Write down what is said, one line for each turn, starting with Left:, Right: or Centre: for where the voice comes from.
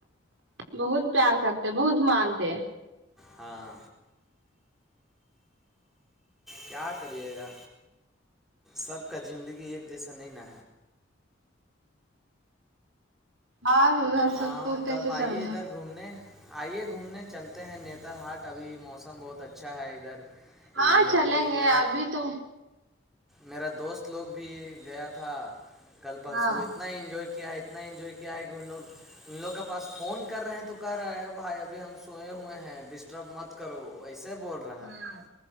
Right: بہت پیار کرتے بہت مانتے
Centre: ہاں کیا کریے گا سب کا زندگی ایک جیسا نہیں نہ
Right: اور ادھر
Centre: ہاں
Right: ستپور کیسے
Centre: تب آئیے
Right: چل رہا
Centre: ادھر گھومنے آئیے گھومنے چلتے ہیں نتر ہاٹ ابھی موسم بہت اچھا ہے ادھر
Right: ہاں
Centre: یہ
Right: چلیں
Centre: ابھی
Right: گے
Centre: میرا
Right: ابھی تو
Centre: میرا دوست لوگ بھی گیا تھا کل پرسوں
Right: ہاں
Centre: اتنا انجوائے کیا ہے اتنا انجوائے کیا ہے کہ ان لوگ ان لوگ کے پاس فون کر رہے ہیں تو کہہ رہے ہے بھائی ابھی ہم سوئے ہوئے ہیں ڈسٹ رپ مت کرو ایسے بول رہا
Right: ہاں
Centre: ہے